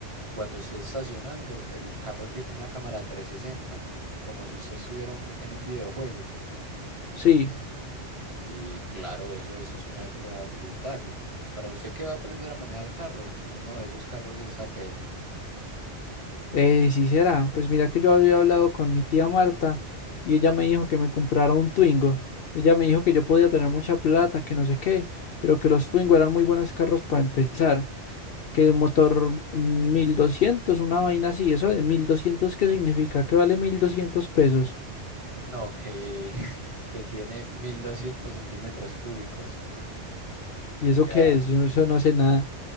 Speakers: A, on the right; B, on the left.
A: Cuando esté estacionando, el carro tiene una cámara 360, como si usted estuviera un vi- en un videojuego.
B: Sí,
A: Y claro, eso, eso es una ayuda brutal. Para usted que va a aprender a manejar carro, uno de esos carros es apenas.
B: eh, sí será. Pues mira que yo había hablado con mi tía Marta y ella me dijo que me comprara un Twingo. Ella me dijo que yo podía tener mucha plata, que no sé qué, pero que los Twingo eran muy buenos carros para empezar. Que motor 1200, una vaina así. ¿Eso de 1200, qué significa? Que vale 1200 pesos.
A: No, que, <laughs> que tiene 1200 centímetros cúbicos.
B: ¿Y eso
A: O sea,
B: qué es? Yo no, eso no sé nada.